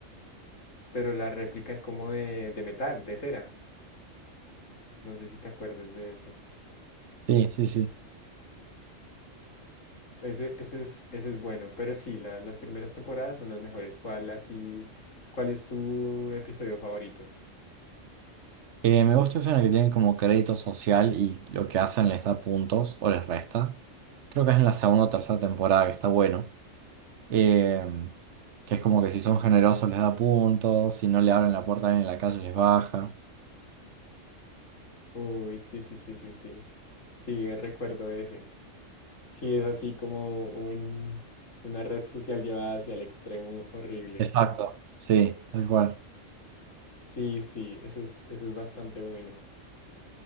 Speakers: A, on the left; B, on the right.
A: pero la réplica es como de, de metal, de cera. No sé si te acuerdas de ese.
B: sí, sí, sí.
A: Ese, ese es, ese es bueno, pero sí, la- las primeras temporadas son las mejores. ¿Cuál así, cuál es tu episodio favorito?
B: Eh, me gusta esa en la que tienen como crédito social y lo que hacen les da puntos o les resta. Creo que es en la segunda o tercera temporada que está bueno. em, que es como que si son generosos les da puntos, si no le abren la puerta a alguien en la calle les baja.
A: Uy, sí, sí, sí, sí, sí. Sí, recuerdo ese. Sí, es así como un, una red social llevada hacia el extremo horrible.
B: Exacto, sí, tal cual.
A: Sí, sí, ese es, ese es bastante bueno.